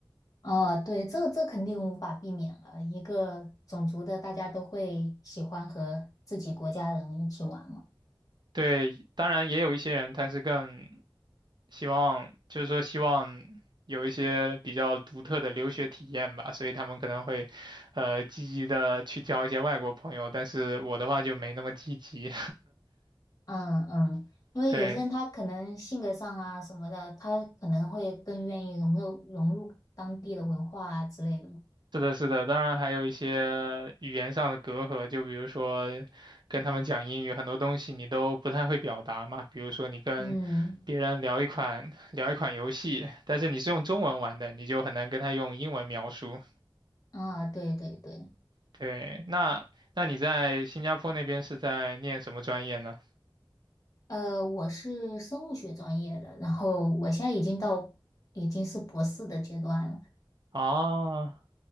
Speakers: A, on the left (about 40°); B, on the right (about 60°).
A: 哦，对，这这肯定无法避免了。一个种族的，大家都会喜欢和自己国家人一起玩嘛。
B: 对，当然也有一些人他是更希望就是说希望有一些比较独特的留学体验吧，所以他们可能会，呃，积极的去交一些外国朋友，但是我的话就没那么积极。
A: 嗯嗯，
B: <laughs>
A: 因为有些人他可能性格上啊什么的，
B: 对，
A: 他可能会更愿意融入融入当地的文化啊之类的嘛。
B: 是的，是的，当然还有一些语言上的隔阂，就比如说跟他们讲英语，很多东西你都不太会表达嘛，比如说你跟
A: 嗯。
B: 别人聊一款聊一款游戏，但是你是用中文玩的，你就很难跟他用英文描述。
A: 啊，对对对，
B: 对，那那你在新加坡那边是在念什么专业呢？
A: 呃，我是生物学专业的，然后我现在已经到已经是博士的阶段了，
B: 啊，